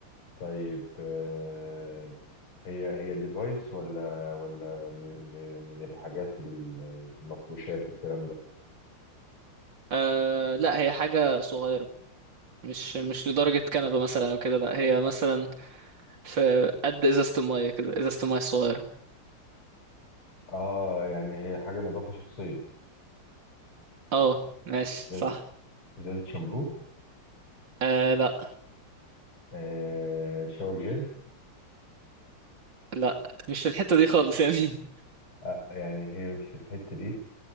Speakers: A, on the left; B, on the right.
A: طيب آه، هي هي ديفايس ولا ولا م م من الحاجات ال- المفروشات والكلام ده
B: آه لا هي حاجة صغيرة مش مش لدرجة كنبة مثلا او كده لا هي مثلا في قد ازازة المية كده ازازة المية الصغيرة
A: اه يعني هي حاجه نظافه شخصيه
B: اه ماشي
A: ازازه
B: صح
A: إزازة شامبو
B: آه لا
A: آه شاور جل
B: لا مش في الحتة دي خالص يعني
A: آه يعني هي مش في الحته دي